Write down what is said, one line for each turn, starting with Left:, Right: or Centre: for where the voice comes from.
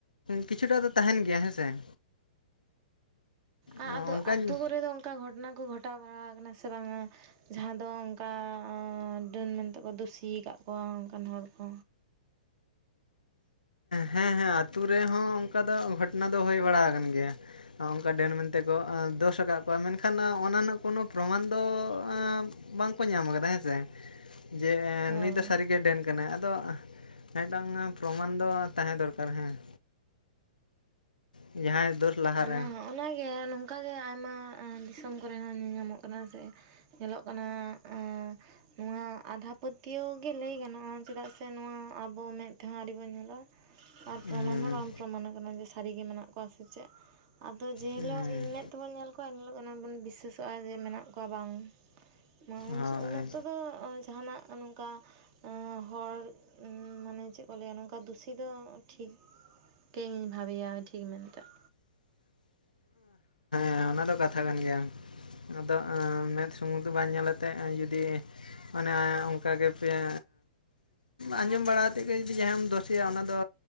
Left: ᱠᱤᱪᱷᱩᱴᱟ ᱫᱚ ᱛᱟᱦᱮᱱ ᱜᱮᱭᱟ ᱦᱮᱸ ᱥᱮ᱾
Right: ᱟ-ᱟᱫᱚ
Left: ᱚᱱᱠᱟᱧ
Right: ᱟᱛᱳ ᱨᱮᱫᱚ ᱚᱝᱠᱟ ᱜᱷᱚᱴᱚᱱᱟ ᱠᱚ ᱜᱷᱚᱴᱟᱣ ᱵᱟᱲᱟ ᱟᱠᱟᱱᱟ ᱥᱮ ᱵᱟᱝ-ᱟ? ᱡᱟᱦᱟᱸ ᱫᱚ ᱚᱝᱠᱟ ᱰᱟᱹᱱ ᱢᱮᱱ ᱛᱮᱠᱚ ᱫᱩᱥᱤ ᱟᱠᱟᱜ ᱠᱚᱣᱟ ᱚᱝᱠᱟᱱ ᱦᱚᱲ ᱠᱚ?
Left: ᱦᱮᱸ ᱦᱮᱸ ᱟᱹᱛᱩ ᱨᱮᱦᱚᱸ ᱚᱝᱠᱟ ᱫᱚ ᱜᱷᱚᱴᱚᱱᱟ ᱫᱚ ᱦᱳᱭ ᱵᱟᱲᱟ ᱟᱠᱟᱱ ᱜᱮᱭᱟ᱾ ᱚᱱᱠᱟ ᱰᱟᱹᱱ ᱢᱮᱱᱛᱮ ᱠᱚ ᱮᱸ ᱫᱳᱥ ᱟᱠᱟᱫ ᱠᱚᱣᱟ, ᱢᱮᱱᱠᱷᱟᱱ ᱚᱱᱟ ᱱᱟᱜ ᱠᱳᱱᱳ ᱯᱨᱚᱢᱟᱱ ᱫᱚ ᱮᱸᱻ ᱵᱟᱝᱠᱚ ᱧᱟᱢ ᱠᱟᱫᱟ, ᱦᱮᱸ ᱥᱮ ᱾ ᱡᱮ ᱮᱸ
Right: ᱦᱳᱭ᱾
Left: ᱱᱩᱭ ᱫᱚ ᱥᱟᱹᱨᱤᱜᱮ ᱰᱟᱹᱱ ᱠᱟᱱᱟᱭ, ᱟᱫᱚ ᱢᱤᱫᱴᱟᱝ ᱯᱨᱚᱢᱟᱱ ᱫᱚ ᱛᱟᱦᱮᱸ ᱫᱚᱨᱠᱟᱨ ᱦᱮᱸ᱾ ᱡᱟᱦᱟᱸᱭ ᱫᱳᱥ ᱞᱟᱦᱟᱨᱮ
Right: ᱚᱱᱟ ᱦᱚᱸ ᱚᱱᱟ ᱜᱮ ᱱᱚᱝᱠᱟᱜᱮ ᱟᱭᱢᱟ ᱟᱸ ᱫᱤᱥᱚᱢ ᱠᱚᱨᱮ ᱦᱚᱸ ᱧᱮᱧᱟᱢᱚᱜ ᱠᱟᱱᱟ, ᱡᱮ ᱧᱮᱞᱚᱜ ᱠᱟᱱᱟ, ᱟᱸ ᱱᱚᱣᱟ ᱟᱸᱫᱷᱟ ᱯᱟᱹᱛᱭᱟᱹᱣ ᱜᱮ ᱞᱟᱹᱭ ᱜᱟᱱᱚᱜᱼᱟ, ᱪᱮᱫᱟᱜ ᱥᱮ ᱱᱚᱣᱟ ᱟᱵᱚ ᱢᱮᱫ ᱛᱮᱦᱚᱸ ᱟᱹᱣᱨᱤ ᱵᱚᱱ ᱧᱮᱞᱟ ᱾ ᱟᱨ
Left: ᱦᱩᱸ
Right: ᱯᱨᱚᱢᱟᱱ ᱦᱚᱸ ᱵᱟᱝ ᱯᱨᱚᱢᱟᱱ ᱠᱟᱱᱟ ᱡᱮ ᱥᱟᱹᱨᱤᱜᱮ ᱢᱮᱱᱟᱜ ᱠᱚᱣᱟ ᱥᱮ ᱪᱮᱫ ᱾ ᱟᱫᱚ ᱡᱮ ᱦᱤᱞᱳᱜ
Left: ᱦᱩᱸ
Right: ᱢᱮᱸᱫ ᱛᱮᱵᱚᱱ ᱧᱮᱞ ᱠᱚᱣᱟ ᱮᱱᱦᱤᱞᱳᱜ ᱵᱚᱱ ᱵᱤᱥᱥᱟᱹᱥᱚᱜᱼᱟ ᱡᱮ ᱢᱮᱱᱟᱜ ᱠᱚᱣᱟ ᱵᱟᱝ᱾ ᱢᱟ ᱩᱱᱥ
Left: ᱦᱳᱭ
Right: ᱩᱱ ᱚᱠᱛᱚ ᱫᱚ ᱟᱸ ᱡᱟᱦᱟᱱᱟᱜ ᱱᱚᱝᱠᱟ ᱮᱸᱻ ᱦᱚᱲ ᱢᱟᱱᱮ ᱪᱮᱫ ᱠᱚ ᱞᱟᱹᱭᱟ ᱱᱚᱝᱠᱟ ᱫᱩᱥᱤ ᱫᱚ ᱴᱷᱤᱠ ᱜᱮ ᱤᱧ ᱵᱷᱟᱵᱮᱭᱟ ᱴᱷᱤᱠ ᱢᱮᱱᱛᱮ ᱾
Left: ᱦᱮᱸ ᱚᱱᱟ ᱫᱚ ᱠᱟᱛᱷᱟ ᱠᱟᱱ ᱜᱮᱭᱟ, ᱟᱫᱚ ᱟᱸ ᱢᱮᱫ ᱥᱩᱢᱩᱝ ᱫᱚ ᱵᱟᱝ ᱧᱮ ᱟᱛᱮᱜ ᱮᱸ ᱡᱩᱫᱤ ᱚᱱᱮ ᱚᱝᱠᱟ ᱜᱮ ᱯᱮᱭᱟᱻ ᱟᱸᱡᱚᱢ ᱵᱟᱲᱟ ᱛᱮᱫ ᱜᱮ ᱡᱩᱫᱤ ᱡᱟᱦᱟᱸᱢ ᱫᱳᱥᱮᱭᱟ ᱚᱱᱟ ᱫᱚ